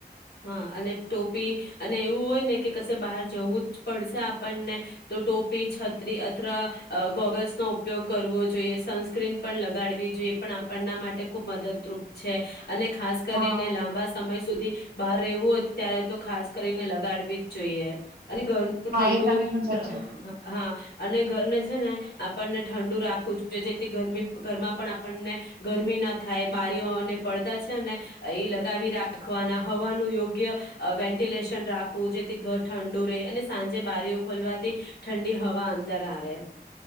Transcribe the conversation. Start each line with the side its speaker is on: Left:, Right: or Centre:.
Left: હા અને ટોપી અને એવું હોય ને કે કશે બહાર જવું જ પડશે આપણને તો ટોપી છત્રી અથરા ગોગલ્સનો ઉપયોગ કરવો જોઈએ સનસ્ક્રીન પણ લગાડવી જોઈએ પણ આપણના માટે ખુબ મદદરૂપ છે. અને ખાસ કરીને
Right: હા.
Left: લાંબા સમય સુધી બહાર રહેવું હોય ત્યારે તો ખાસ કરીને લગાડવી જ જોઈએ. અને ગરમનું ડ હા ઠંડુ
Right: એ તમે એકદમ સાચી વાત કરી.
Left: હા અને ઘરને છે ને આપણને ઠંડુ રાખું જો જેથી ગરમી ઘરમાં પણ આપણને ગરમી ના થાય બારીઓ અને પડદા છે ને એ લગાવી રાખવાના હવાનું યોગ્ય વેન્ટિલેશન રાખવું જેથી ઘર ઠંડુ રહે અને સાંજે બારીઓ ખોલવાથી ઠંડી હવા અંદર આવે.